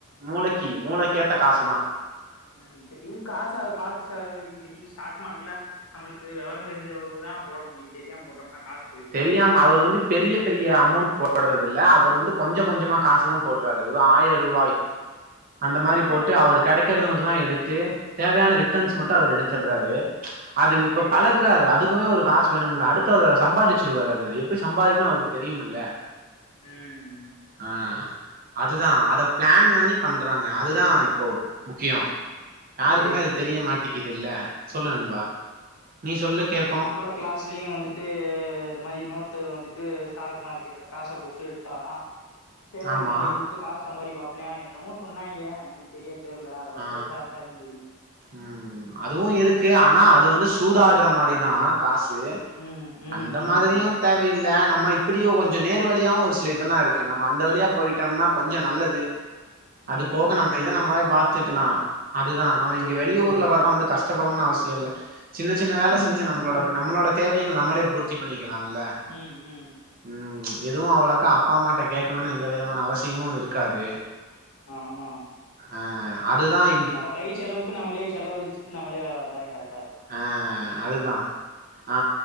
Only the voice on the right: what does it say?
மூளைக்கு
மூளைக்கேத்த
காசுதான்
தெரியாம அவரு வந்து பெரிய பெரிய அமௌண்ட் போடுறதுல்ல அவரு வந்து கொஞ்சம் கொஞ்சமா காசு தான் போடுறாரு ஒரு ஆயிரம் ரூபாய் அந்த
மாரி போட்டு அவர் கெடைக்கறது மட்டும் தான் எடுத்து தேவையான ரிட்டர்ன்ஸ்
மட்டும்
அவரு எடுத்து தர்றாரு அது
இப்ப பழகுறாரு
அதுக்குமே ச்சுறாரு அது இப்ப பழகுறாரு அதுக்குமே ஒரு காசு வேணும்ல அடுத்தவங்க சம்பாதிச்சு ச்சுருவாறு அத அத எப்பிடி சம்பாதிக்கணும் அவருக்கு தெரியும் இல்ல
ஆ அதுதான் அத பிளான் பண்ணி பண்றாங்க அதுதான் இப்போ முக்கியம் யாருக்குமே
அது
தெரிய
மாட்டேங்குது இல்ல சொல்லு நன்பா நீ சொல்லு கேப்போம்
ஆமா
ஆ
ம் அதுவும் இருக்கு ஆனா அது வந்து சூதாடுற மாரிதான் காசு குடுத்து
அது இந்த
மாதிரியும் தேவயில்லை நம்ம இப்பிடியோ கொஞ்சம் நேர் வழியாவும் ஒரு சில இதெல்லாம் இருக்கு நம்ம அந்த வழியா போயிட்டோம்னா கொஞ்சம் நல்லது அது
போக
நம்ம இத நம்மளே பாத்துக்கலாம் அதுதான் நம்ம
இங்க வெளியூர் துல வர்ற வந்து கஷ்டப்படும்னு அவசியம் இல்ல சின்ன சின்ன வேலை
செஞ்சு நம்பளோட நம்பளோட தேவைகள நம்மளே பூர்த் ச்சு பண்ணிக்கலாம்ல
ம் எதுவும் அவளக்கா அப்பா அம்மா கிட்ட கேக்கணும்னு எந்த விதமான அவசியமும் இருக் ருக்காது
ஆ அதுதான்
ஆ அதுதான் ஆ